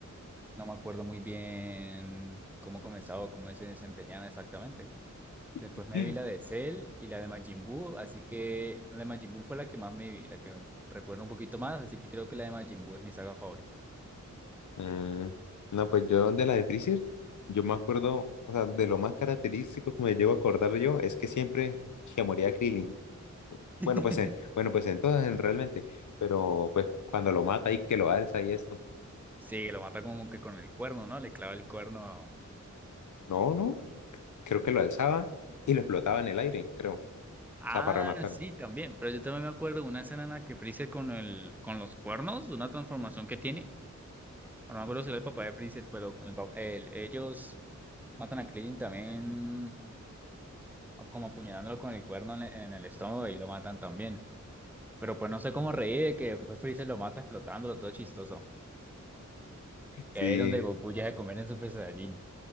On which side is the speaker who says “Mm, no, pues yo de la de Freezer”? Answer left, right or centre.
Left